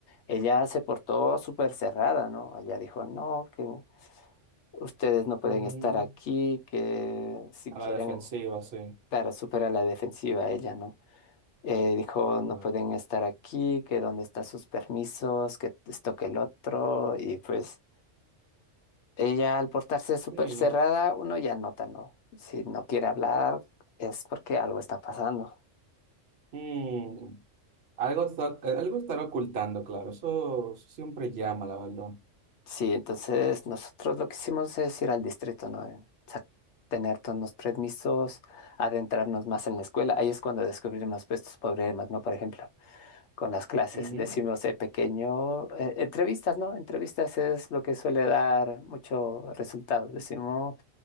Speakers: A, on the left (about 70°); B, on the right (about 60°).
A: ella se portó súper cerrada, ¿no? Ella dijo, no, que ustedes no pueden
B: Mm,
A: estar aquí, que si
B: A
A: quieren,
B: la defensiva, sí.
A: claro, súper a la defensiva ella, ¿no? Eh, dijo, no
B: Bueno,
A: pueden estar aquí, que dónde están sus permisos, que esto, que el otro. Y pues ella al portarse súper
B: Sí.
A: cerrada, uno ya nota, ¿no? Si no quiere hablar es porque algo está pasando.
B: Mm, Algo está- eh, algo estará ocultando, claro. Eso siempre llama, la verdad.
A: Sí, entonces nosotros lo que hicimos es ir al distrito, ¿no? Eh, sa- Tener todos los permisos, adentrarnos más en la escuela. Ahí es cuando descubrimos pues, estos problemas, ¿no? Por ejemplo. con las clases.
B: Ujú,
A: Decimos de pequeño, eh, entrevistas, ¿no? Entrevistas es lo que suele dar mucho resultado. Decimos,